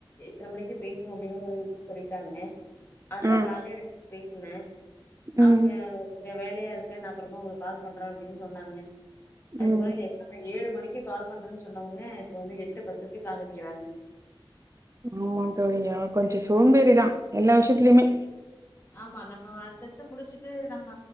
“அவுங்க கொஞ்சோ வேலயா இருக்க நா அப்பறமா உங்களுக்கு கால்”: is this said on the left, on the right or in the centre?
Left